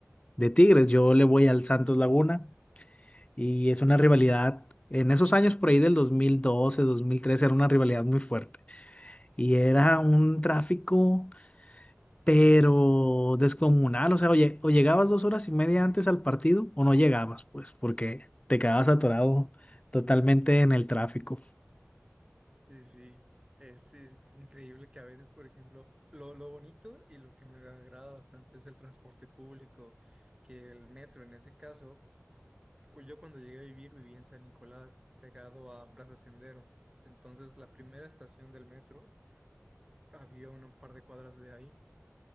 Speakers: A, on the left; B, on the right.
A: de Tigres. Yo le voy al Santos Laguna Y es una rivalidad, en esos años por ahí del dos dos mil doce dos mil 2013, era una rivalidad muy fuerte. Y era un tráfico, pero descomunal. O sea, o, lle- o llegabas dos horas y media antes al partido o no llegabas, pues, porque te quedabas atorado totalmente en el tráfico.
B: Sí, sí, es, es increíble que a veces, por ejemplo, lo, lo bonito y lo que me agrada bastante es el transporte público, que el metro en ese caso cu- Yo cuando llegué a vivir, viví en San Nicolás, pegado a Plaza Sendero. Entonces, la primera estación del metro había un par de cuadras de ahí.